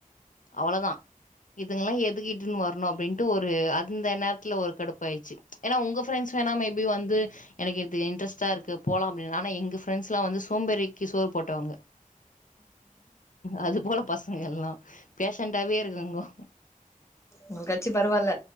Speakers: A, on the left (about 65°); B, on the left (about 20°).
A: அவ்வளோதா இதுங்கெல்லா எதுக் இருக் த்துன் வர்ணு அப்டின்ட்டு ஒரு அந்த நேரத்துல ஒரு கடுப்பு ஆயிருச்சு ஏன்னா உங்க ஃப்ரெண்ட்ஸ் வேணா மேபி வந்து எனக்கு இது இன்ட்ரஸ்டா இருக்கு போலா அப்டின்ன ஆனா எங்க ஃப்ரண்ட்ஸ்லா வந்து சோம்பேறிக்கு சோறு போட்டவங்க அது போல பசங்க எல்லா பேஷண்டடாவே இருக்குங்கோ
B: உங்க கச்சி பரவால்ல